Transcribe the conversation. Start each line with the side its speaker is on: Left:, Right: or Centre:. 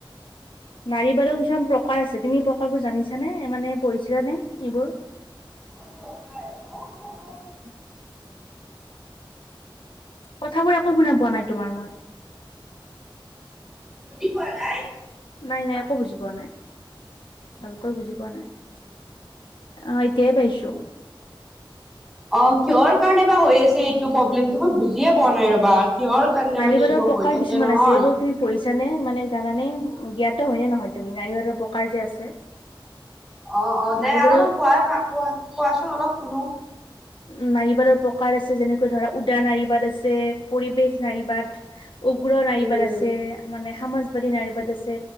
Left: নাৰীবাদৰ কিছুমান প্ৰকাৰ আছে তুমি প্ৰকাৰবোৰ জানিছানে মানে পঢ়িছিলা নে? এইবোৰ?
Centre: অ', প্ৰকাৰ অ' অ'।
Left: <inaudible> কথাবোৰ একো শুনা পোৱা নাই তোমাৰ মই।
Centre: বুজি পোৱা নাই?
Left: নাই নাই একো বুজি পোৱা নাই। ভালকৈ বুজি পোৱা নাই, আহ এতিয়া হে পাইছো।
Centre: অ' কিহৰ কাৰণে বা হৈ আছে, এইটো প্ৰব্লেমটো মই বুজিয়ে পোৱা নাই ৰবা। কিহৰ কাৰণে
Left: নাৰীবাদৰ
Centre: মানে এইবোৰ
Left: প্ৰকাৰ
Centre: হৈ থাকে
Left: কিছুমান
Centre: নহয়।
Left: আছে, সেইবোৰ তুমি পঢ়িছানে মানে জানে জ্ঞাত। হয়নে নহয় তুমি নাৰীবাদৰ প্ৰকাৰ যে আছে।
Centre: অ' অ' দে
Left: নাৰীবাদৰ
Centre: অলপমান কোৱা ন কোৱা কোৱাচোন অলপ শুনো।
Left: উম, নাৰীবাদৰ প্ৰকাৰ আছে যেনেকৈ ধৰা উদা নাৰীবাদ আছে, পৰিৱেশ নাৰীবাদ। উগ্ৰ নাৰীবাদ
Centre: উম
Left: আছে, মানে সমাজবাদী নাৰীবাদ আছে,